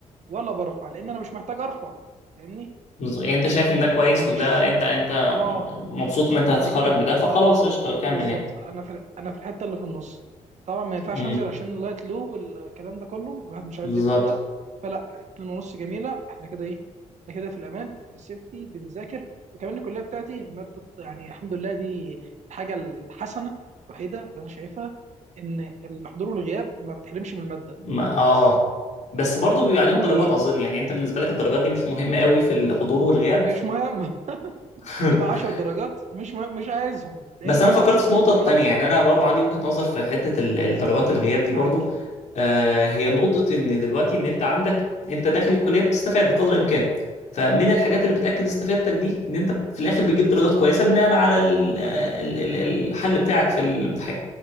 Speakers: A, on the right; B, on the left.
A: ولا برفع لان انا مش محتاج ارفع فاهمني
B: بز- يعني انت شايف ان
A: ها،
B: ده كويس
A: انا مش
B: وان ده انت انت
A: اه
B: م- مبسوط ان انت هتتخرج
A: انا كده
B: بده
A: في ال-
B: فخلاص
A: اه
B: قشطه كمل
A: بالظبط
B: يعني
A: انا في ال- انا في الحته اللي في النص طبعا ما ينفعش
B: امم
A: انزل عشان اللايت لو والكلام ده كله الواحد مش عايز
B: بالظبط
A: يبقى كده فلا اتنين ونص جميله احنا كده ايه احنا كده في الامان في السيفتي بنذاكر وكمان الكليه بتاعتي ما بتط... يعني الحمد لله دي الحاجه الحسنه الوحيده اللي انا شايفها ان الحضور والغياب ما بتحرمش من الماده
B: ما- اه
A: بس
B: بس برضه بيبقى عليهم درجات
A: دي
B: اظن يعني انت بالنسبه لك الدرجات دي مش مهمه قوي في الحضور والغياب
A: مش مهم <laughs>
B: <laughs>
A: تبقى 10 درجات مش مهم. مش عايزهم لان
B: بس انا
A: انا
B: فكرت
A: في
B: في
A: منظوميات
B: نقطة تانية يعني انا برضو عندي وجهة نظر في حتة ال- الدرجات الغياب دي
A: معاك
B: برضو آه هي نقطة ان دلوقتي ان انت عندك انت داخل الكلية بتستفاد بقدر الامكان فمن الحاجات
A: اه
B: اللي بتأكد استفادتك دي ان انت في الاخر بتجيب درجات كويسة بناء على ال- ال- ال- الحل بتاعك في الامتحان